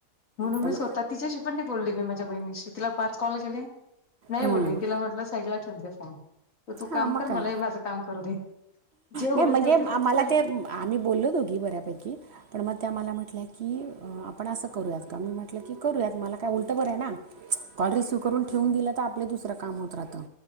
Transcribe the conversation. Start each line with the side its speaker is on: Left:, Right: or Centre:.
Left: म्हणून
Right: पण
Left: मी स्वतः तिच्याशी पण नाही बोलली मी माझ्या बहिणीशी तिला पाच कॉल केले, नाही
Right: हं,
Left: बोलले तिला म्हटलं साईडला ठेवून दे फोन तू
Right: हां
Left: काम
Right: मग
Left: कर
Right: काय
Left: मलाही माझं काम करू दे, जे होईल
Right: नाही म्हणजे
Left: ते होतील फक्त
Right: मला ते आम्ही बोलल दोघी बऱ्यापैकी पण मग त्या मला म्हटल्याय की आपण असं करूयात का मी म्हटलं की करूयात, मला काय उलटं बरं आहे ना.
Left: हा
Right: कॉल रिसिव्ह करून ठेवून दिलं तर आपले दुसरं काम होत राहतं.